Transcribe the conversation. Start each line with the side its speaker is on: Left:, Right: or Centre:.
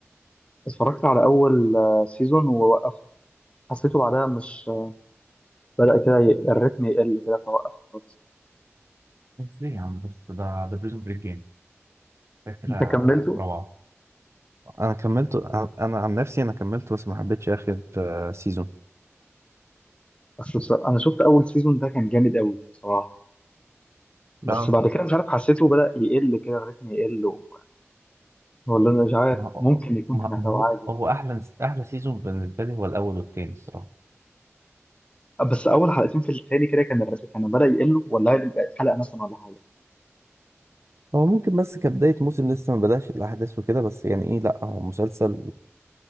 Left: اتفرجت على اول آه، سيزون ووقفت حسيته بعدها مش آه، بدأ كده ي- الريتم يقل كده فوقفت خالص
Right: ازاي يا عم بس ده ده بريزون بريك جامد فكرة
Left: انت كملته
Right: روعة أنا كملته أنا أنا عن نفسي أنا كملته بس ما حبيتش آخر آه، سيزون
Left: اصل بصراحة انا شفت اول سيزون ده كان جامد قوي بصراحه بس
Right: اه
Left: بعد كده مش عارف حسيته بدأ يقل كده الريتم يقل و... ولا انا مش عارف
Right: ما هو
Left: ممكن يكون
Right: ما
Left: كان هيبقى
Right: ما هو
Left: عادي
Right: هو أحلى أحلى سيزون بالنسبة لي هو الأول والتاني الصراحة
Left: أه، بس اول حلقتين في التاني كده كان الريتم كان بدأ يقل ولا هيبقى حلقة مثلا ولا حاجة
Right: هو ممكن بس كبداية موسم لسه ما بدأش الأحداث وكده بس يعني إيه لأ هو مسلسل